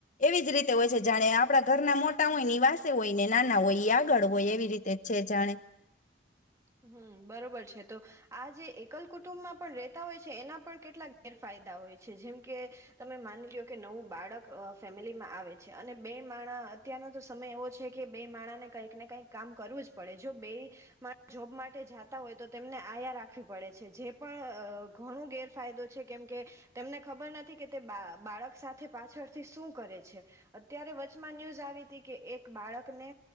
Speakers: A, on the left; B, on the right.
A: એવી જ રીતે હોય છે જાણે આપણા ઘરના મોટા હોય વાસે હોય ને નાના હોય એ આગળ હોય એવી રીતે. તે છે જાણે.
B: હમ બરોબર છે તો. આ જે એકલ કુટુંબ માં પણ ર હોય છે એના પણ કેટલાક ગેરફાયદા હોય છે જેમ કે તમે માની લો કે નવું બાળક ફેમિલીમાં આવે છે અને બે માણા અત્યારનો તો સમય એવો છે કે બે માણા ને કંઈક ને કઈક કામ કરવું જ પડે જો બે મા જોબ માટે જાતા હોય તો તેમને આયા રાખવી પડે છે જે પણ ઘણો ગેરફાયદો છે કેમકે તેમને ખબર નથી કે તે બા બાળક સાથે પાછળથી શું કરે છે અત્યારે વચમાં ન્યૂઝ આવી હતી કે એક બાળકને